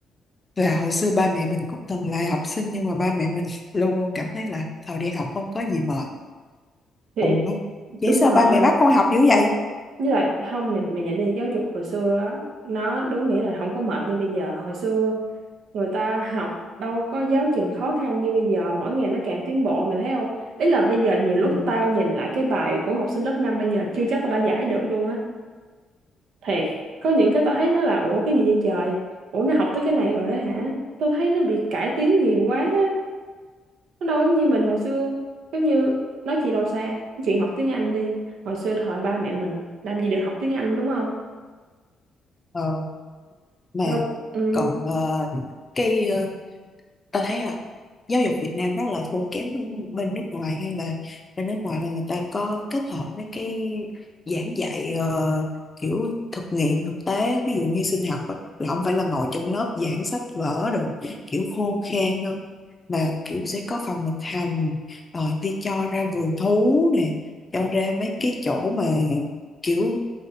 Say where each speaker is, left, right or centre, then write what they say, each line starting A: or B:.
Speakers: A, on the left; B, on the right.
A: là hồi xưa ba mẹ mình cũng từng là học sinh nhưng mà ba mẹ mình <laughs> luôn luôn cảm thấy là thời đi học không có gì mệt
B: thì
A: ủa vậy
B: đúng
A: sao
B: rồi
A: ba mẹ bắt con học dữ vậy
B: với lại không mình mình nhận đi giáo dục hồi xưa á nó đúng nghĩa là không có mệt như bây giờ hồi xưa người ta học đâu có giáo trình khó khăn như bây giờ mỗi ngày nó càng tiến bộ mày thấy không ý là bây giờ nhiều lúc
A: ừ.
B: tao nhìn lại cái bài của học sinh lớp 5 bây giờ chưa chắc tao đã giải được luôn á thiệt có những cái tao thấy nó là ủa cái gì vậy trời ủa nó học tới cái này rồi đó hả tao thấy nó bị cải tiến nhiều quá á. nó đâu giống như mình hồi xưa giống như nói chị đâu xa chuyện học tiếng Anh đi hồi xưa thời ba mẹ mình làm gì được học tiếng Anh đúng không
A: Ờ, mà
B: đâu ừ,
A: còn ờ, cái ờ, ta thấy là giáo dục Việt Nam rất là thua kém với bên nước ngoài hay là bên nước ngoài là người ta có kết hợp mấy cái giảng dạy ờ, kiểu thực nghiệm thực tế ví dụ như sinh học á, là không phải là ngồi trong lớp giảng sách vở rồi kiểu khô khan đâu mà kiểu sẽ có phòng thực hành rồi đi cho ra vườn thú nè cho ra mấy cái chỗ mà kiểu